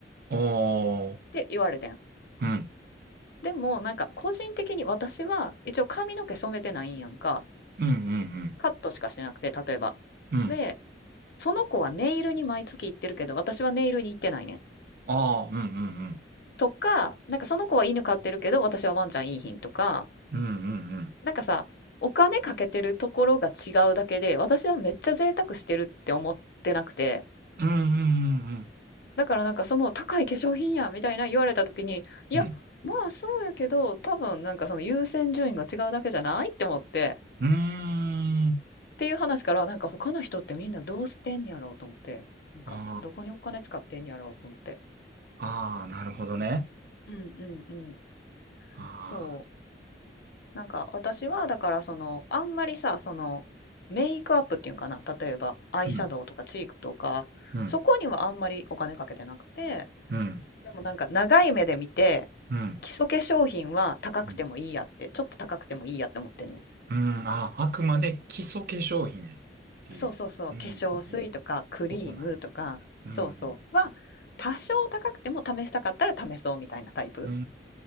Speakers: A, on the right; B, on the left.
A: おー、
B: て言われてん。
A: うん、
B: でもなんか個人的に私は一応髪の毛染めてないんやんか。
A: うん、うん、
B: カットしかしてなくて、例えば。
A: うん、うん。
B: で、その子はネイルに毎月行ってるけど、私はネイルに行ってないねん。
A: あー、うん、うん、うん、
B: とか、なんかその子は犬飼ってるけど、私はワンちゃんいいひんとか、
A: うん、うん、うん、
B: なんかさ、お金かけてるところが違うだけで、私はめっちゃ贅沢してるって思ってなくて、
A: うん、うん、
B: だからなんかその高い化粧品やみたいな言われた時に、いや、
A: うん、うん、
B: まあそうやけど、多分なんかその優先順位が違うだけじゃないって思って、
A: ーん
B: っていう話からなんか他の人ってみんなどうしてんやろうと思って、なんかどこにお金使ってんやろうと思って。
A: ああなるほどね。
B: うんうんうん。
A: ああ
B: そう。なんか私はだからそのあんまりさそのメイクアップっていうかな例えばアイシャドウとかチークとかそこにはあんまりお金かけてなくて
A: うんうん、うん、
B: でもなんか長い目で見て
A: うん、
B: 基礎化粧品は高くてもいいやってちょっと高くてもいいやって思ってんねん
A: うん。うんあ、あくまで基礎化粧品っていう、
B: そうそうそう化粧水とかクリームとかそうそうは多少高くても試したかったら試そうみたいなタイプ
A: うん、そこ、そこない。うん、うん、